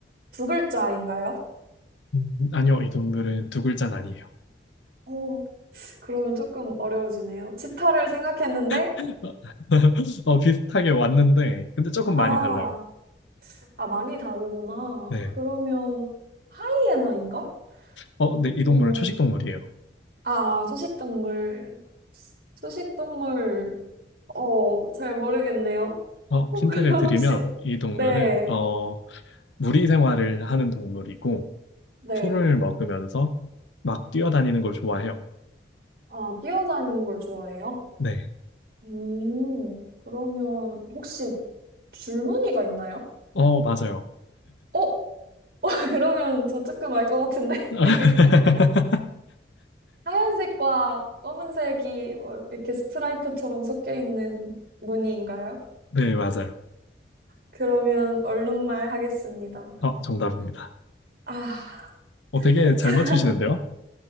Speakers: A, on the right (about 55°); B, on the left (about 85°).
A: 두 글자인가요?
B: 음, 아니요, 이 동물은 두 글자는 아니에요.
A: 어, 그러면 조금 어려워지네요. 치타를 생각했는데,
B: <laughs> 어, 비슷하게 왔는데, 근데 조금
A: 아,
B: 많이 달라요.
A: 아, 많이 다르구나.
B: 네.
A: 그러면 하이에나인가?
B: 어, 근데 이
A: 어,
B: 동물은 초식 동물이에요.
A: 아, 초식동물. 초식동물, 어, 잘 모르겠네요.
B: 어,
A: <laughs>
B: 힌트를
A: 혹시,
B: 드리면, 이 동물은,
A: 네,
B: 어, 무리 생활을 하는 동물이고,
A: 네.
B: 풀을 먹으면서 막 뛰어다니는 걸 좋아해요.
A: 아, 뛰어다니는 걸 좋아해요?
B: 네.
A: 음, 그러면 혹시 줄무늬가 있나요?
B: 어, 맞아요.
A: 어? <laughs> 그러면 저 조금 알 것 같은데.
B: <laughs>
A: <laughs> 하얀색과 검은색이 뭐 이렇게 스트라이프처럼 섞여 있는 무늬인가요?
B: 네, 맞아요.
A: 그러면 얼룩말 하겠습니다.
B: 어, 정답입니다.
A: 아, <laughs>
B: 어, 되게 잘 맞추시는데요?